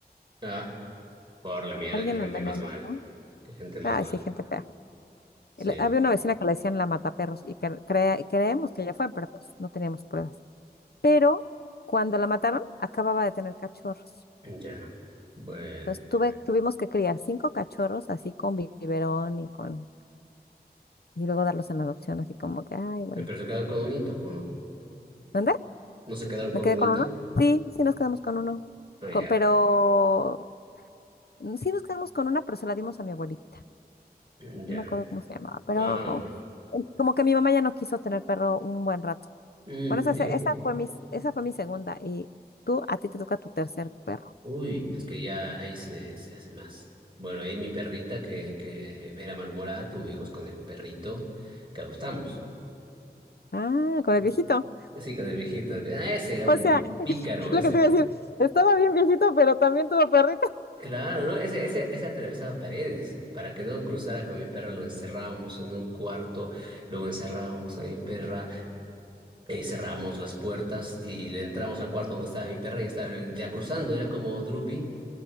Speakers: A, on the right; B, on the left.
A: Ah, por la mierda,
B: alguien
A: qué gente
B: la envenenó.
A: más mal,
B: ¿no?
A: qué gente más
B: Ay,
A: mal.
B: sí, gente fea.
A: Sí.
B: El- Había una vecina que le decían la mataperros y cre- crea- creemos que ella fue, pero pues no teníamos pruebas. Pero cuando la mataron, acababa de tener cachorros.
A: Ya, bueno.
B: Entonces tuve, tuvimos que criar cinco cachorros así con bi- biberón y con y luego darlos en adopción, así como que, ay, bueno.
A: Eh, ¿Pero se quedaron con un hito o no?
B: ¿Dónde?
A: ¿No se quedaron con
B: ¿Me quedé
A: un
B: con
A: hito?
B: uno? Sí, sí nos quedamos con uno.
A: Ah, ya,
B: Co- pero Mm, Sí, nos quedamos con una, pero se la dimos a mi abuelita.
A: Mm, ya.
B: No me acuerdo cómo se llamaba, pero
A: Ah, bueno.
B: eh, como que mi mamá ya no quiso tener perro un buen rato.
A: Mm,
B: Bueno, esa,
A: sí.
B: se- esa fue mi, esa fue mi segunda. Y tú, a ti te toca tu tercer perro.
A: Uy, es que ya ahí se, se hace más. Bueno, ahí mi perrita que, que era malhumorada tuvo hijos con el perrito que adoptamos.
B: Ah, con
A: Y-
B: el viejito.
A: Sí, con el viejito. Ah, ese era
B: O
A: un
B: sea, <laughs>
A: pícaro,
B: lo
A: ese.
B: que te iba a decir, estaba bien viejito, pero también tuvo perrito.
A: Claro, ¿no? Ese, ese, ese atravesaba paredes. Para que no cruzara con mi perra, lo encerrábamos en un cuarto, luego encerrábamos a mi perra. Eh, cerramos las puertas y le entramos al cuarto donde estaba mi perra y estaba ya cruzando. Era como Drupi,